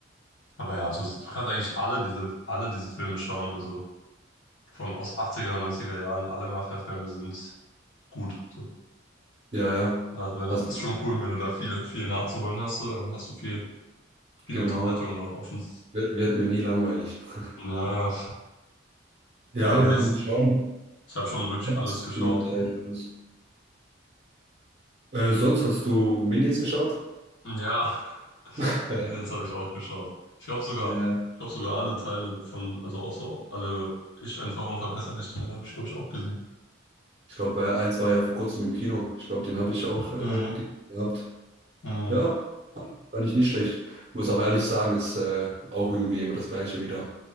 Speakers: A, on the left; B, on the right.
A: Aber ja, also, du kannst eigentlich alle diese, alle diese Filme schauen. Also von aus achtziger neunziger Jahren, alle Mafia-Filme sind gut. So.
B: Ja, ja.
A: Also wenn,
B: Hast
A: ist
B: du,
A: schon cool, wenn du da viel, viel nachzuholen hast, so, dann hast du viel, viel
B: genau.
A: Unterhaltung Ja. noch offen.
B: Wird, wird mir nie langweilig. <laughs>
A: Ja, ja.
B: Ja,
A: Ja, bei mir
B: muss
A: Ja. ist,
B: schauen.
A: ich habe schon wirklich
B: Ich habe
A: alles
B: jetzt
A: geschaut.
B: genug Zeit für das. Äh, sonst hast du Minions geschaut?
A: Ja,
B: <laughs>
A: Mädels habe ich auch geschaut. Ich glaube sogar,
B: Ja,
A: ich glaube sogar alle Teile davon, also auch so alle Ich einfach unverbesserlich Teile habe ich, glaube ich, auch gesehen.
B: ich glaube, äh, eins war ja vor kurzem im Kino. Ich glaube, den habe ich auch äh,
A: Mhm.
B: ge- gehabt.
A: Mhm.
B: Ja, fand ich nicht schlecht. Muss aber ehrlich sagen, ist äh, auch irgendwie immer das Gleiche wieder.